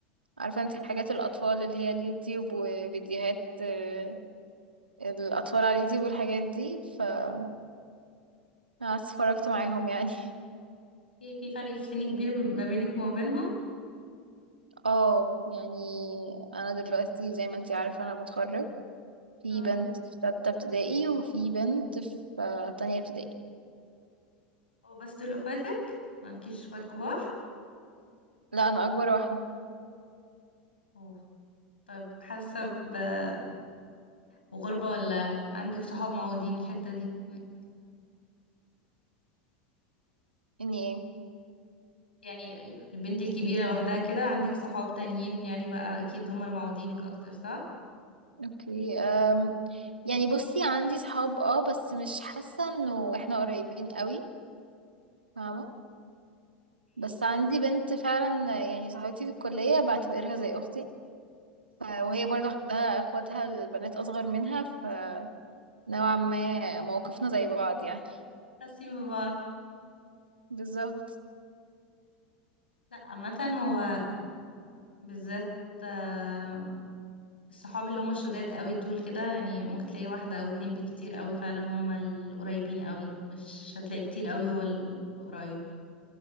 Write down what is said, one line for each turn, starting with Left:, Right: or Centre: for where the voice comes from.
Right: عارفة انتي حاجات الاطفال اللي هي اليوتيوب وفيديوهات اه، الاطفال على اليوتيوب والحاجات دي فقعدت اتفرجت معاهم يعني <laughs>
Left: في في فرق في سن كبير ما بينك وما بينهم
Right: اه يعني انا دلوقتي زي ما انتي عارفة انا بتخرج في
Left: اه
Right: بنت في ستة ابتدائي وفي بنت في آه، تانية ابتدائي
Left: هو بس دول اخواتك؟ ما عندكيش اخوات كبار؟
Right: لا أنا أكبر واحدة
Left: أوه. طب حاسة ب- بغربة ولا عندك صحاب معودين الحتة دي؟ انك
Right: إني إيه
Left: يعني البنت الكبيرة لوحدها كده عندك صحاب تانيين يعني بقى أكيد هما اللي معوضينك أكتر صح؟
Right: أوكي أم يعني بصي عندي صحاب اه بس مش حاسة إنه إحنا قريبين قوي فاهمة
Left: إيه.
Right: بس عندي بنت فعلا آه، يعني صاحبتي في الكلية بعتبرها زي أختي ف- وهي
Left: مم،
Right: برضه عندها اخواتها البنات أصغر منها فنوعا ما موقفنا زي بعض يعني
Left: حاسين ببعض
Right: بالظبط
Left: لا عامة هو بالذات آه، الصحاب اللي هما الشداد قوي دول كده يعني ممكن تلاقي واحدة أو اتنين بالكتير قوي فعلا هما القريبين قوي مش هتلاقي كتير قوي هو ال- القريب